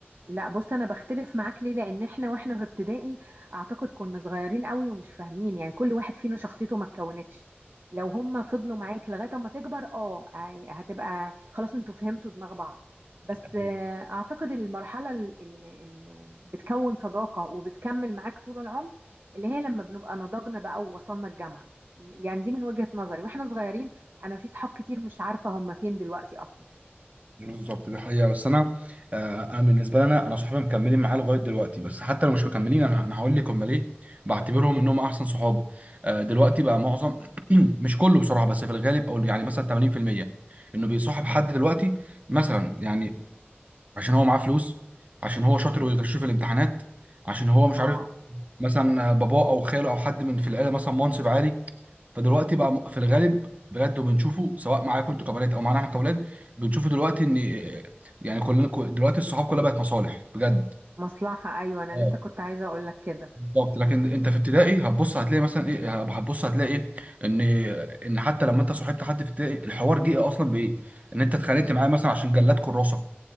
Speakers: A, on the right; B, on the right.
A: لا بص انا بختلف معاك ليه لان احنا واحنا في ابتدائي اعتقد كنا صغيرين قوي ومش فاهمين يعني كل واحد فينا شخصيته ما اتكونتش لو هم فضلوا معاك لغايه اما تكبر اه هي- هتبقى خلاص انتوا فهمتوا دماغ بعض بس
B: لأ؟
A: آه، اعتقد المرحله اللي بتكون صداقه وبتكمل معاك طول العمر اللي هي لما بنبقى نضجنا بقى ووصلنا الجامعه يعني دي من وجهه نظري واحنا صغيرين انا في صحاب كتير مش عارفه هم فين دلوقتي اصلا
B: بالظبط دي حقيقة بس أنا آه، أنا بالنسبة لي أنا أنا صحابي مكملين معايا لغاية دلوقتي بس حتى لو مش مكملين أنا أنا هقول لك هم ليه بعتبرهم إنهم أحسن صحاب آه، دلوقتي بقى معظم <clears throat> مش كله بصراحة بس في الغالب أو يعني مثلا 80% إنه بيصاحب حد دلوقتي مثلا يعني عشان هو معاه فلوس عشان هو شاطر ويغش في الامتحانات عشان هو مش
A: اه
B: عارف مثلا باباه أو خاله أو حد من في العيلة مثلا منصب عالي فدلوقتي بقى م- في الغالب بجد وبنشوفه سواء معاكم انتوا كبنات او معانا احنا كاولاد بنشوفه دلوقتي ان يعني كلنا كل- دلوقتي الصحاب كلها بقت مصالح بجد
A: مصلحه ايوه انا
B: اه
A: لسه كنت عايزه اقول لك كده
B: بالظبط لكن انت في ابتدائي هتبص هتلاقي مثلا ايه هتبص هتلاقي ايه ان ان حتى لما انت صاحبت حد في ابتدائي الحوار جه اصلا بايه؟ ان انت اتخانقت معاه مثلا عشان جلاد كراسه